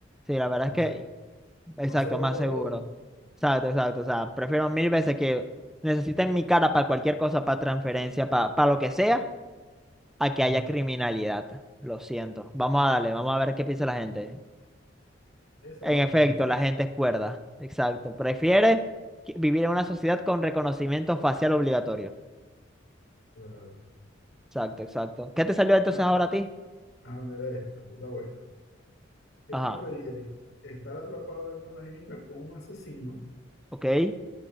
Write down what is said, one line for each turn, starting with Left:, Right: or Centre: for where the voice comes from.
Centre: Sí, la verdad
Left: Más,
Centre: es que
Left: se-
Centre: Exacto,
Left: más seguro
Centre: más
Left: para
Centre: seguro.
Left: todos.
Centre: Exacto, exacto. O sea, prefiero mil veces que necesiten mi cara para cualquier cosa, para transferencia, para, para lo que sea, a
Left: Claro.
Centre: que haya criminalidad. Lo siento. Vamos a darle, vamos a ver qué piensa la gente.
Left: Esa
Centre: En
Left: va a escoger
Centre: efecto,
Left: la gente.
Centre: la gente es cuerda. Exacto. Prefiere que- vivir en una sociedad con reconocimiento facial obligatorio.
Left: Claro.
Centre: Exacto, exacto. ¿Qué te salió entonces
Left: Ah,
Centre: ahora a ti?
Left: ah, mira esta, esta está buena. ¿Qué
Centre: Ajá.
Left: preferirías? ¿Estar atrapado en una isla con un asesino?
Centre: Ok,